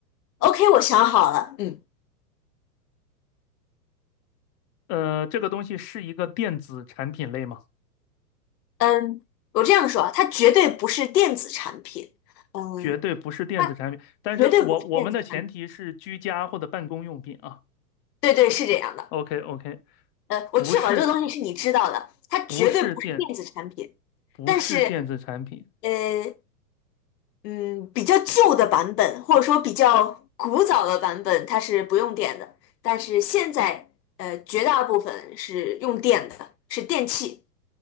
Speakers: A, on the left (about 80°); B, on the left (about 25°).
A: ，OK，我想好了，嗯
B: 呃，这个东西是一个电子产品类吗？
A: 嗯，我这样说啊，它绝对不是电子产品，嗯，
B: 绝对不是电子产品，
A: 它
B: 但是我我们的前提是居家或者办公用品啊。
A: 绝对不是电子产品，对对，是这样的，
B: OK OK，
A: 呃，我确保这个东西是你知道的，
B: 不是
A: 它绝对不是电子产品，
B: 不是电不是电子产品，
A: 但是呃，嗯，比较旧的版本，或者说比较古早的版本，它是不用电的。但是现在，呃，绝大部分是用电的，是电器。